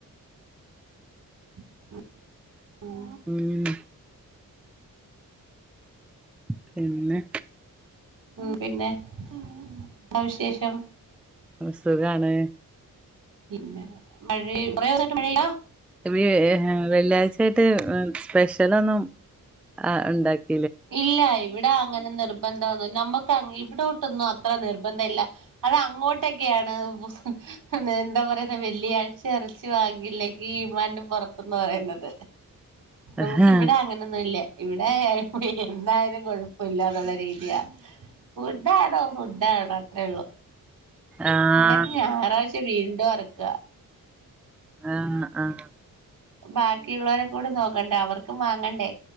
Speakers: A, on the right; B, in the centre.
A: <inaudible>
B: ഉം പിന്നെ
A: ഉം പിന്നെ ന്താ വിശേഷം
B: സുഖാണ്.
A: പിന്നെ മഴയും, കുറേ ദിവസായിട്ട് മഴ ആഹ്
B: വേ ഹ് ഹ് ഹെ വെള്ളിയാഴ്ചയായിട്ട് സ്പെഷ്യലൊന്നും ആഹ് ഉണ്ടാക്
A: ഇല്ല യിവിടാങ്ങനെ നിർ ബന്ധോന്നു നമ്മക്ക് ആങ്ങീ ഇവിടോട്ടൊന്നും അത്രനിർബന്ധയില്ല. അത് അങ്ങോട്ടൊക്കെയാണ് മുസ് എന്താ പറയുന്ന വെള്ളിയാഴ്ചയിറച്ചി വാങ്ങിയില്ലെങ്കി ഇമാൻന് പുറ്ത്തെന്ന് പറയുന്നത്. നമുക്കിവിടെയങ്ങനെയൊന്നുല്ലേ
B: ഏ ആഹ്
A: ഇവിടേ എന്തായാലും കൊഴപ്പൊല്ലാന്നുള്ള രീതിയാ ഫുഡാണോ ഫുഡാണോ ത്രേള്ളൂ
B: ആഹ്
A: ഇവിടെയൊക്കെ ഞായറാഴ്ച് റ്റ് വീണ്ടൊറക്ക
B: ആഹ് ആഹ്
A: ബാക്കിയുള്ളവരെക്കൂടെ നോക്കണ്ടേ, അവർക്കും വാങ്ങണ്ടേ.